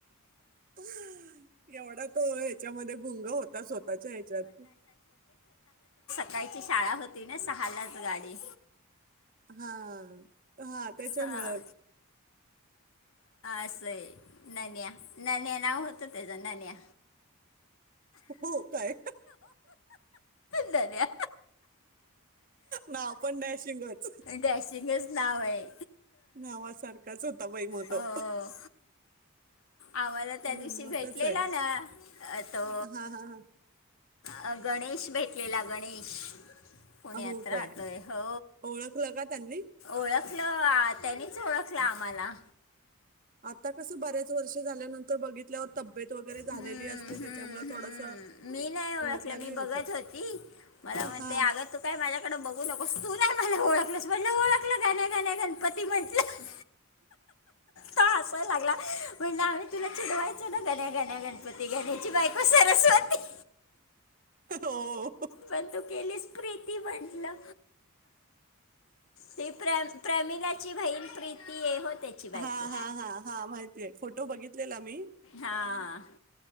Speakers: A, on the right; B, on the left.
A: हम् एवढा त ह्याच्यामध्ये गुंग होता स्वतःच्या ह्याच्यात
B: कायची शाळा होती ना सहालाच गाडी
A: हा हा त्याच्यामुळ
B: हां असं आहे नन्या नन नाव होतं त्याचा नन्या
A: हो काय
B: हर
A: नाव पण नाहीशिंगत
B: डॅशिंगच नाव आहे
A: नावासारखाच होता बाई म तो
B: हो आम्हाला त्या दिवशी
A: गंमतच
B: भेटलेला
A: आहे
B: ना तो
A: हा हा हा
B: अ गणेश भेटलेला गणेश पुण्यात
A: हो
B: राहतोय
A: काय
B: हो
A: ओळखलं का त्यांनी
B: ओळख लं त्यांनीच ओळखला आम्हाला
A: आता कसं बऱ्याच वर्ष झाल्यानंतर बघितल्यावरबब तेत वगैरे झालेली
B: हम्म
A: असते
B: हम्म
A: त्याच्यामु थोडस
B: हम्म मी नाही ओळखलं
A: ओळखायलाही
B: मी
A: होतं
B: बघत होती मला
A: हा
B: म्हणग तू काय माझ्याकडे ब कस तू नाही मला ओळखलंस म्हटलं ओळखलं गाण्या गाण्या गणपती म्हटलं त असवा लागला म्हण आम्ही तुला चिडवायचं ना त्या ग घन्या गणपती घण्याची बायक सरस्वती
A: हो
B: पण तू केली स् प्रीती म्हटलं ती प्र प्रमिलाची बहीण प्रीती आहे हो त्याची बायको
A: हा हा हा हा माहिती आहे फोटो बघितलेला मी
B: हां